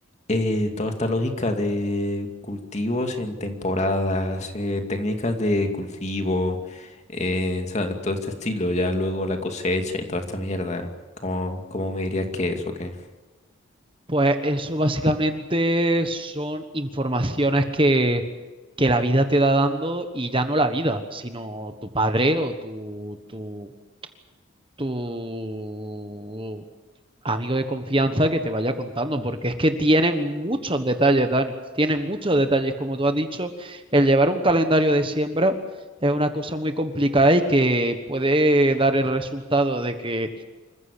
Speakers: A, on the left; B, on the right.
A: eh, toda esta lógica de cultivos en temporadas, eh, técnicas de cultivo, eh, o sea, todo este estilo, ya luego la cosecha y toda esta mierda. ¿Cómo, cómo me dirías que es o qué?
B: Pues eso básicamente son informaciones que, que la vida te da dando y ya no la vida, sino tu padre o tu, tu, tu amigo de confianza que te vaya contando, porque es que tienen muchos detalles, Dani, tienen muchos detalles. Como tú has dicho, el llevar un calendario de siembra es una cosa muy complicada y que puede dar el resultado de que